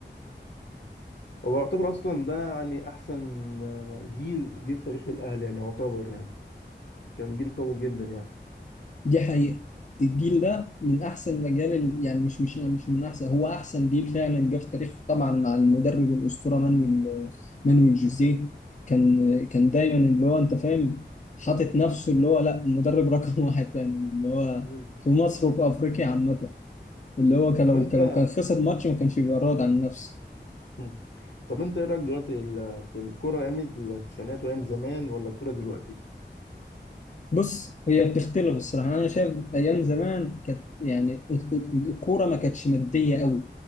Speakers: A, on the left; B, on the left.
A: هو يعتبر اصلا ده يعني احسن آه، جيل جه في تاريخ الاهلي يعني يعتبر يعني كان جيل قوي جدا يعني
B: دي حقيقة الجيل ده من أحسن الأجيال ال- يعني مش مش مش من أحسن هو أحسن جيل فعلا جه في تاريخ طبعا مع المدرب الأسطورة مانويل مانويل جوزيه كان كان دايما اللي هو أنت فاهم حاطط نفسه اللي هو لا المدرب رقم <laughs> واحد فعلا اللي هو
A: مم.
B: في مصر وفي أفريقيا عامة اللي هو كان
A: طب
B: لو
A: انت
B: كان لو كان خسر ماتش ما كانش بيبقى راضي عن نفسه
A: مم. طب انت ايه رايك دلوقتي ال- في الكوره ايام التسعينات وايام زمان ولا الكوره دلوقتي؟
B: بص هي بتختلف الصراحه يعني انا شايف ايام زمان كانت يعني الكوره ما كانتش ماديه قوي